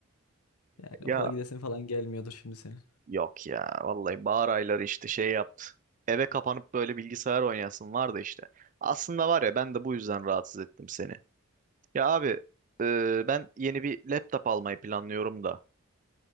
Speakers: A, on the left; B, on the right.
A: Yani
B: Ya
A: okula gidesin falan gelmiyordur şimdi senin.
B: yok ya. Vallahi bahar ayları işte şey yaptı. Eve kapanıp böyle bilgisayar oynayasın vardı işte. Aslında var ya ben de bu yüzden rahatsız ettim seni. Ya abi e, ben yeni bir laptop almayı planlıyorum da.